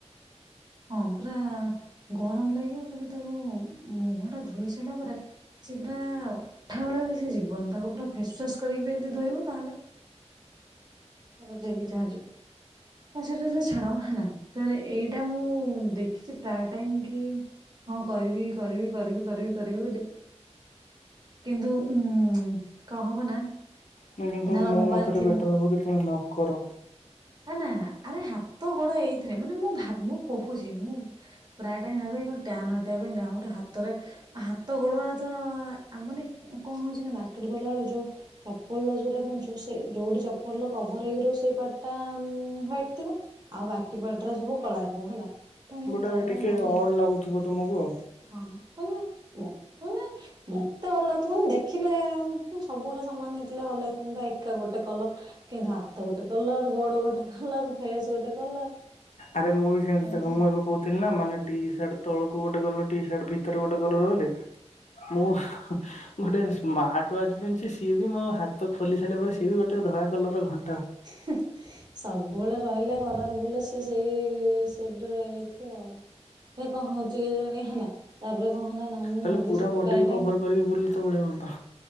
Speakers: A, on the right (about 35°); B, on the left (about 90°).
A: ହଁ ପୁରା ଗରମ ଲାଗିବ ତାପରେ ତାକୁ ମୁହଁ ଟା ଧୋଇ ସାରିଲା ପରେ ସିଏ ପୁରା ଅଠା ଭଳିଆ କି ସେ ଯିବନି ତାକୁ ପୁରା ଫେସ୍ ୱାସ୍ କରିକି ବି ଯଦି ଧୋଇବୁ ତାହେଲେ ତାକୁ ବୁଝେଇକି ଯାହା ଯିବି ତା ସେଇଟା ତ ଛାଡ ହେଲା, ତାପରେ ଏଇ ଏଇଟା ମୁଁ ଦେଖିଛି ପ୍ରାୟ ଟାଇମ୍ କି ହଁ କରିବି କରିବି କରିବି କରିବି କରିବି ବୋଲି କିନ୍ତୁ ଉଁ କଣ ହବ ନା।
B: କିନ୍ତୁ
A: ଧର
B: ମୋ ମତରେ
A: ପାଖରେ ଥିବ
B: ବେଟର୍ ହବ କି ତୁମେ ନ କର।
A: ନା ନା ଆରେ ହାତ ଗୋଡ ଏଇଥିରେ ମାନେ ମୁଁ ଭାବ ମୁଁ କହୁଛି ମୁଁ। ପ୍ରାୟ ଟା ଭାବେ କଣ ଟ୍ୟାନ୍ ହଟେଇବା ପାଇଁ ଯାହା ଗୋଟେ ହାତରେ ହାତ ଗୋଡ ଗୁରା ତ ମାନେ କଣ ହଉଛି ନା ମାର୍କେଟ ଗଲାବେେଳୁ ଯୋଉ। ଚପଲ ଯୋଉରା ପିନ୍ଧୁଛ ସେ ଯୋଉଠି ଚପଲ କଭର୍ ହେଇକି ରହୁଛି ସେଇ ପାଟ ତା ମୁହଁ ହ୍ବାଇଟି ଥିବ ଆଉ ବାକି ପାର୍ଟ ସବୁ କଳା ଥିବ ହେଲା। ତ ମୁଁ
B: ଗୋଟେ
A: ପ୍ରାୟ ଟାଇମ
B: ଟିକେ
A: ଭାବେ
B: ଅଡ୍ ଲାଗୁଥିବ ତୁମକୁ।
A: ହଁ ମାନେ ମାନେ ମତେ ଭଲ ଲାଗୁଥିବ ମାନେ ଦେଖ୍। ଖିଲେ ମୁଁ ସବୁଗୁରା ସାମାନ ନେଇଥିଲେ ଭଲ ହେଇଥାନ୍ତା ଏକା ଗୋଟେ କଲର କିନ୍ତୁ ହାତ ଗୋଟେ କଲର। ଗୋଡ ଗୋଟେ କଲର ଫେସ୍ ଗୋଟେ କଲର।
B: ଆରେ ମୁଁ ବି ସେମିତି
A: ଏମିତି
B: ଦେଖ
A: ଆଉ।
B: ମୁଁ ଏବେ କହୁ ଥିଲି ନା ମାନେ ଟି ସାର୍ଟ ତଳକୁ ଗୋଟେ କଲର ଟି ସାର୍ଟ ଭିତରେ ଗୋଟେ କଲର ବୋଲି ମୁଁ ହୁଁ। ଗୋଟେ ସ୍ମାର୍ଟ ୱାଚ ପିନ୍ଧିଛି ସିଏ ବି ମୋ ହାତ ଖୋଲି ସାରିଲା ପରେ ସିଏ ବି ଗୋଟେ ଧଳା କଲର ଘ
A: ହିଁ ସବୁବେଳେ। ରହିଲା ଘରରେ ବୁଲେ ସେ ସେଇ ହିସାବରେ ରହିଯାଇଥିବ ଆଉ। କାଇଁ କଣ ହଉଛି କେଜାଣି ହେଲା ତାପରେ କଣ ହେଲା ନା ମୁଁ
B: ତାହେଲେ
A: ଭାବିଛି
B: ପୁରା ବଡିକୁ
A: ପ୍ରାୟ
B: କଭର
A: ଟାଇମ୍।
B: କରିକି ବୁଲଲେ ତ ବଢିଆ ହୁଅନ୍ତା।